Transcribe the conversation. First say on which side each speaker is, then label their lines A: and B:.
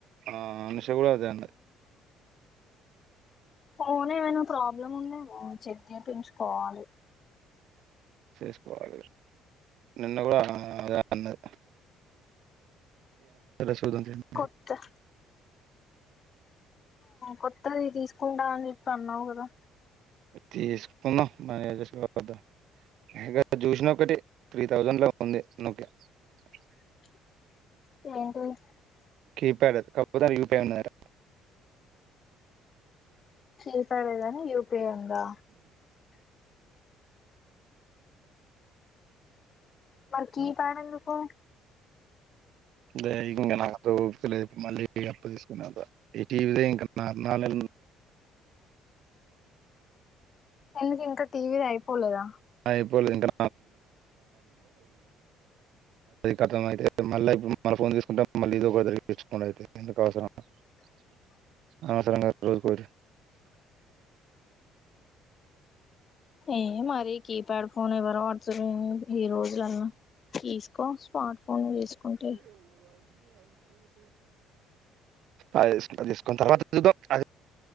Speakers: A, on the right; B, on the left.
A: ఆ నిష కూడా అదే అంది
B: ఫోన్ ఏమైనా ప్రాబ్లమ్ ఉంద చెక్ చేయించుకోవాలి
A: చేసుకోవాలి నిన్న కూడా అదే అన్న <inaudible>
B: కొత్త కొత్తది తీసుకుంటా అని <unintelligible> అన్నావు కదా
A: తీసుకున్నా <unintelligible> చూసిన ఒకటి త్రీ థౌజండ్ లోలా ఉంది <unintelligible>
B: <unintelligible>
A: కీపాడ్ అది <inaudible>
B: <unintelligible> యూపిఐ ఉందా మరి కి ప్యాడ్ ఎందుకు
A: అదే ఇంకా నాతో మళ్ళీ అప్ప తీసుకునే ఈటీవిద ఇంకా నా నాలు
B: ఎందుకు ఇంకా టీవీ అయిపోలేదా
A: <unintelligible> అది అర్థం అయితే మళ్ళీ మళ్ ఫోన్ తీసుకుంటే మళ్ళీ ఇది ఒక తరిగి తెచ్చుకోం అయితే ఎందుకు <unintelligible>
B: అ
A: <unintelligible>
B: ఏ మరి కీప్యాడ్ ఫోన్ ఎవరు <unintelligible> ఈ రోజులలో తీసుకో స్మార్ట్ ఫోన్లు తీసుకుంటే
A: అది తీసుకుని తర్వాత అది